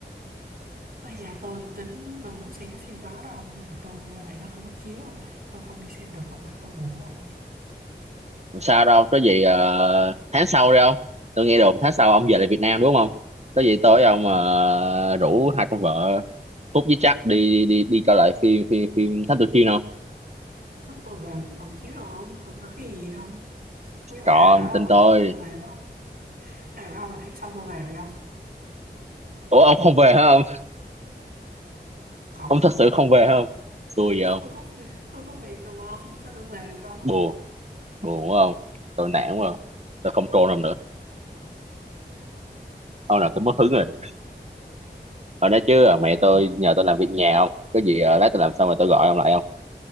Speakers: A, on the right (about 55°); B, on the right (about 40°).
A: Ây da, tôi tính tôi muốn xem cái phim đó đâu nhưng mà tôi bên này nó không có chiếu ông ơi tôi không đi xem được ông ơi tôi buồn quá ông ơi
B: Không sao đâu có gì ờ, tháng sau đi không tôi nghe đồn tháng sau ông về lại Việt Nam đúng không có gì tối ông ờ, rủ hai con vợ Phúc với Trắc đi đi đi coi lại phim phim phim Thám Tử Kiên không
A: lúc tôi về nó còn chiếu đâu ông không có cái gì ông nghĩa là
B: còn
A: ai bảo ông
B: tin
A: là
B: tôi
A: tháng sau tôi về phải không ai bảo ông là tháng sau tôi về phải không
B: ủa ông không về hả ông
A: không
B: ông
A: ông
B: thật sự không về hả ông xui
A: <laughs>
B: vậy không
A: tôi có tôi có việc rồi mà ông sao tôi về được ông
B: buồn buồn quá không tôi nản quá không tôi không trôn ông nữa ông là tôi mất
A: cũng
B: hứng
A: được
B: rồi ở nói chứ ờ,
A: cũng
B: mẹ
A: được
B: tôi
A: không
B: nhờ tôi làm việc nhà không có gì ờ, lát tôi làm xong rồi tôi gọi ông lại không